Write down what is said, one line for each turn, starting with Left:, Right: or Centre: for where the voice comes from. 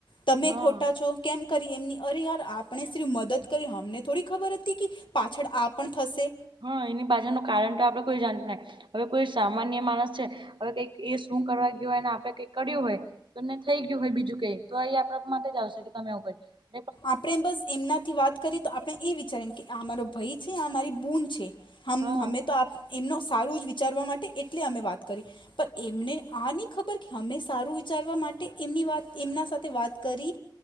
Left: તમે
Right: હા
Left: ખોટા છો. કેમ કરી એમની અરે યાર આપણે સિફ મદદ કરી અમને થોડી ખબર હતી કે પાછળ આ પણ થશે
Right: હા એની પાછળ નું કારણ તો આપણે કોઈ જાણ ના હવે કોઈ સામાન્ય માણસ છે હવે કઈક એ શું કરવા ગયો હોયને આપે કઈક કર્યું હોય તમને થઈ ગયું હોય બીજું કઈ તો એ આપણા માટે જ આવશે કે તમે આવવું કયું
Left: આપણે બસ એમનાથી વાત કરી કરી તો આપણે એ વિચારી કે આ મારો ભાઈ છે મારી બૂન છે હમે
Right: હા
Left: તો એમનો સારું જ વિચારવા માટે એટલે અમે વાત કરી પણ એમને આ નહી ખબર કે અમે સારું વિચારવા માટે એમની વાત એમના સાથે વાત કરી